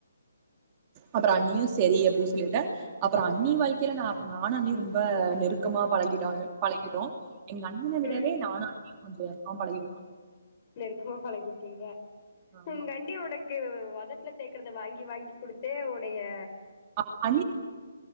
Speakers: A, on the right (about 25°); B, on the left (about 35°).
A: அப்பறொ அன்னியு செரி அப்டி சொல்லிட்டு அப்பறொ அன்னி வாழ்க்கைல நா நானு அண்ணியு ரொம்ப நெருக்கமா பழகிடா பழகிடோ எங்கண்ணன விடவே
B: ம்
A: நானு அன்னியு கொஞ்ச அவன் பழகிட்டோ
B: நெருருக்கமா பழகிட்டீங்க
A: ஆமா.
B: உங்கண்ணி உனக் க்கு வொதட்ல தேக்கறத வாங்கி வாங்கி குடுத்தே உன்னய
A: <inaudible>